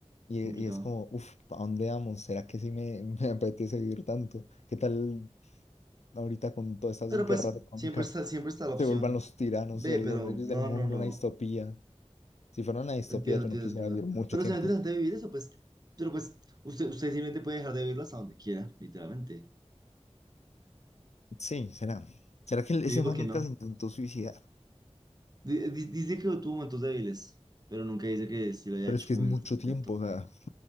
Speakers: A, on the left (about 80°); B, on the right (about 35°).
A: y,
B: Es complicado.
A: e- y es como, uff, ¿a dónde vamos? ¿Será que sí me, <laughs> me apetece vivir tanto? ¿Qué tal ahorita con todas esas
B: Pero
A: guerras
B: pues
A: económicas
B: siempre está, siempre está la opción
A: se vuelvan los tiranos
B: B,
A: de los
B: pero
A: reyes
B: no,
A: del mundo
B: no, no.
A: una distopía? Si fuera una distopía
B: Entiendo,
A: yo
B: entiendo,
A: no quisiera
B: entiendo.
A: vivir mucho
B: Pero
A: tiempo.
B: será interesante vivir eso, pues. Pero pues usted, usted simplemente puede dejar de vivirlo hasta donde quiera, literalmente.
A: Sí, será. ¿Será que el- ese
B: Sí, ¿por
A: man
B: qué
A: nunca
B: no?
A: se intentó suicidar?
B: Di- di- Dice que tuvo momentos débiles, pero nunca dice que si lo haya
A: Pero
B: hecho
A: es que
B: como
A: es mucho
B: el intento.
A: tiempo, o sea,